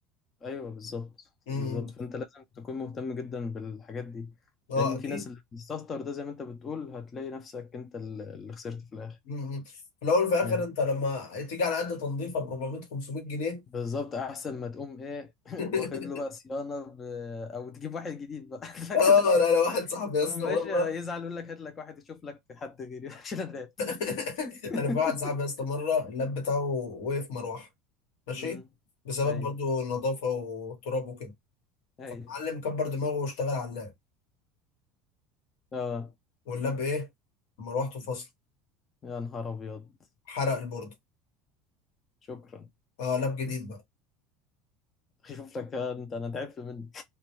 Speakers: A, on the left; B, on the left.
A: ايوه بالظبط
B: امم
A: بالظبط
B: إمم.
A: فانت لازم تكون مهتم جدا بالحاجات دي
B: اه
A: لان
B: اكيد
A: في ناس اللي بتستهتر ده زي ما انت بتقول هتلاقي نفسك انت ال- اللي خسرت في الاخر
B: امم إمم. في الاول وفي الاخر
A: امم
B: انت لما تيجي على قد تنظيفه ب 400 500 جنيه
A: بالظبط احسن ما تقوم ايه <laughs>
B: <laughs>
A: واخد له بقى صيانه ب... او تجيب واحد جديد بقى <laughs> لكن
B: اه لا لا واحد صاحبي يا
A: يقوم
B: اسطى
A: ماشي
B: مره
A: يزعل يقول لك هات لك واحد يشوف لك حد غيري <laughs> عشان انا تعبت
B: <laughs>
A: <laughs>
B: انا في واحد صاحبي يا اسطى مره اللاب بتاعه وقف مروحه ماشي
A: امم
B: بسبب
A: ايوه
B: برضه نظافه وتراب وكده
A: ايوه
B: فالمعلم كبر دماغه واشتغل على اللاب
A: اه
B: واللاب ايه مروحته فصل
A: يا نهار ابيض
B: حرق البورده
A: شكرا
B: اه لاب جديد بقى
A: شوف لك آه، انت انا تعبت منك